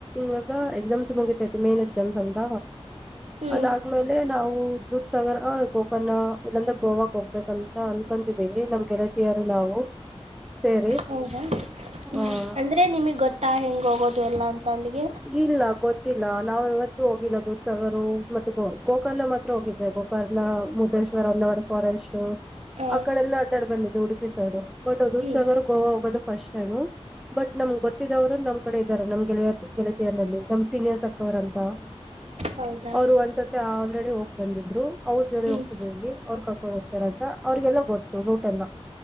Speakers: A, in the centre; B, on the right (about 85°).
A: ಇವಾಗ ಎಕ್ಸಾಮ್ಸ್ ಮುಗಿತೈತೆ ಮೇನ ಎಕ್ಸಾಮ್ಸ್ ಅಂತ..
B: ಹ್ಮ್
A: ಅದಾದ್ಮೇಲೆ ನಾವು ದೂದಸಾಗರ, ಗೋಕರ್ಣ ಇಲ್ಲಾ ಅಂದ್ರೆ ಗೋವಾ ಕ ಹೋಗೋಣ. ಅಂತಾ ಅನ್ಕೊಂತಿದೀವಿ ನಮ ಗೆಳತಿಯರು ನಾವು. ಸೇರಿ
B: ಹೌದಾ ಹ್ಮ್
A: ಹ
B: ಅಂದ್ರೆ ನಿಮಗ ಗೊತ್ತಾ ಹೆಂಗ ಹೋಗೋದು ಎಲ್ಲಾ ಅಂತ ಅಲ್ಲಿಗೆ?.
A: ಇಲ್ಲ ಗೊತ್ತಿಲ್ಲ ನಾವು ಇವತ್ತು ಹೋಗಿಲ್ಲ ದೂದಸಾಗರ ಮತ್ತು ಗೋ ಗೋಕರ್ಣ ಮಾತ್ರ ಹೋಗಿದ್ದೇವೆಗೋ. ಬರ್ಲ ಮುರಾಡೇಶ್ವರ ನಾಡ್ ಫಾರೆಸ್ಟ್.
B: ಹಾ
A: ಆ ಕಡೆ ಎಲ್ಲ ಅಡ್ಡಾಡ ಬಂದಿದ್ದಿದೆ. ಉಡುಪಿ ಸೈಡು ಬಟ್ ಅದ ದೂದ
B: ಹ್ಮ್
A: ಸಾಗರ್ ಗೋವಾ ಹೋಗೋದು ಫಸ್ಟ್ ಟೈಮ. ಬಟ್ ನಮ್ಗ ಗೊತ್ತಿದ್ದೋರು ನಮ ಕಡೆ ಇದ್ದಾರೆ ನಮ್ಮ್ ಗೆಳೆಯರ ಗೆಳೆಯತಿಯರ್ನಲ್ಲಿ ನಮ ಸೀನಿಯರ್ಸ್ ಅಕ್ಕಾ ಅವ್ರ ಅಂತಾ
B: ಹೌದಾ
A: ಅವ್ರು ಒಂದ್ಸತಿ ಆಲ್ರೆಡಿ ಹೋಗಿ ಬಂದಿದ್ರು ಅವ್ರ ಜೋಡಿ
B: ಹ್ಮ್
A: ಹೋಗ್ತಿದಿವಿ ಅವ್ರ ಕರ್ಕೊಂಡ ಹೋಗ್ತಾರಂತ ಅವ್ರಿಗೆಲ್ಲ ಗೊತ್ತು ರೂಟ್ ಎಲ್ಲ.